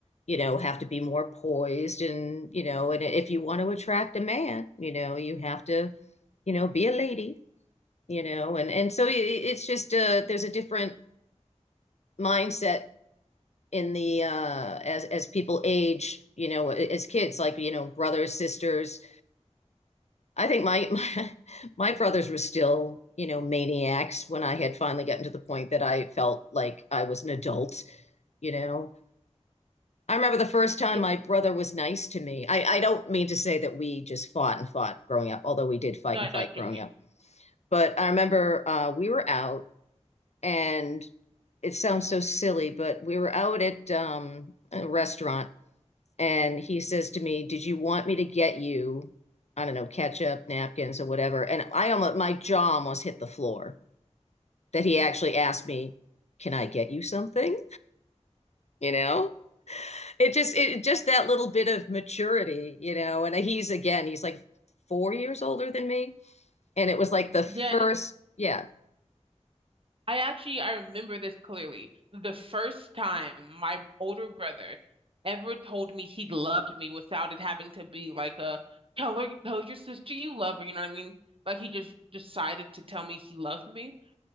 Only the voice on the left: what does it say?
you know, have to be more poised. And, you know, and if you want to attract a man, you know, you have to, you know, be a lady, you know, and, and so it's just, uh, there's a different mindset in the uh as as people age you know as kids like you know brothers sisters I think my, <laughs> my my brothers were still, you know, maniacs when I had finally gotten to the point that I felt like I was an adult, you know. I remember the first
time my brother was nice to me. I, I don't mean to say that we just fought and fought growing up, although we did fight
and
fight
growing
up. But I remember uh, we were out, and it sounds so silly, but we were out at um, a restaurant, and he says to me, "Did you want me to get you, I don't know, ketchup, napkins, or whatever?" And I almost my jaw almost hit the floor that he actually asked me, "Can I get you something?" You know, it just it just that little bit of maturity, you know. And he's again, he's like four years older than me, and it was like the first,
yeah.